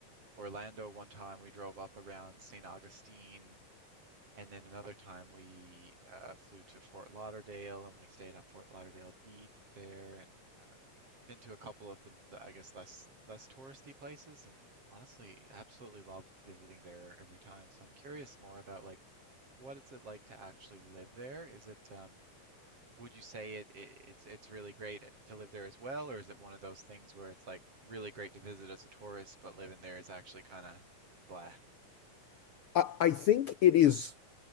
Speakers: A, on the right (about 50°); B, on the left (about 65°).
A: Orlando one time. We drove up around St. Augustine and then another time we uh, flew to Fort Lauderdale and we stayed on Fort Lauderdale Beach there and um, been to a couple of the, the I guess less less touristy places and honestly absolutely loved visiting there every time. So I'm curious more about like what is it like to actually live there? Is it um, would you say it, it it's it's really great to live there as well, or is it one of those things where it's like really great to visit as a tourist, but living there is actually kind of blah?
B: I, I think it is